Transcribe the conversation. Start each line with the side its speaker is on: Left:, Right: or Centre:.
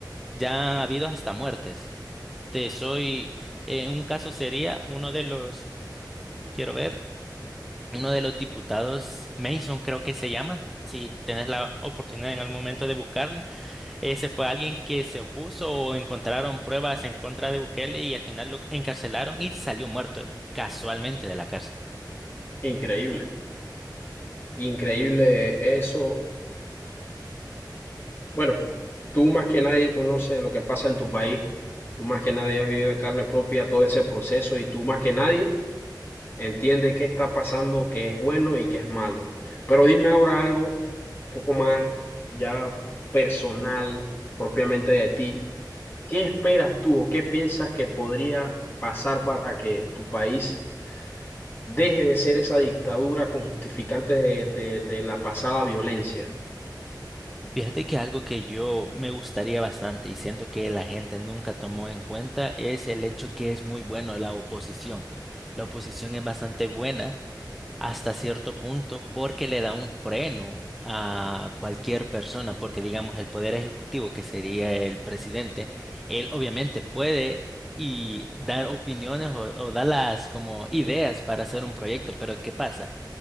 Centre: ya ha habido hasta muertes. Te soy, eh, un caso sería uno de los, quiero ver uno de los diputados, Mason creo que se llama, si tenés la oportunidad en algún momento de buscarla, ese fue alguien que se opuso o encontraron pruebas en contra de Bukele y al final lo encarcelaron y salió muerto casualmente de la cárcel.
Left: increíble, increíble eso. Bueno, tú más que nadie conoces lo que pasa en tu país, tú más que nadie has vivido en carne propia todo ese proceso y tú más que nadie entiende qué está pasando, qué es bueno y qué es malo. Pero dime ahora algo un poco más ya personal, propiamente de ti. ¿Qué esperas tú o qué piensas que podría pasar para que tu país deje de ser esa dictadura con justificantes de, de de la pasada violencia?
Centre: Fíjate que algo que yo me gustaría bastante y siento que la gente nunca tomó en cuenta es el hecho que es muy bueno la oposición. La oposición es bastante buena hasta cierto punto porque le da un freno a cualquier persona, porque digamos el poder ejecutivo, que sería el presidente, él obviamente puede y dar opiniones o, o dar las como ideas para hacer un proyecto, pero ¿qué pasa?